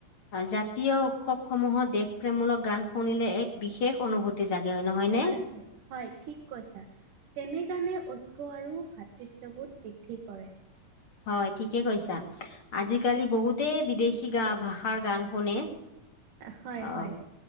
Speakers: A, on the left (about 45°); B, on the right (about 75°).
A: জাতীয় উৎসৱসমূহত দেশপ্ৰেমমূলক গান শুনিলে এক বিশেষ অনুভূতি। তি জাগে নহয়।
B: হয় হয় হয় ঠিক কৈছা তেনে কাৰণে ঐক্য আৰু ভাতৃত্ববোধ বৃদ্ধি কৰে।
A: হয় ঠিকেই কৈছা। আজিকালি বহুতেই বিদেশী গা ভাষাৰ গান শুনে।
B: হয়
A: অ'
B: হয়।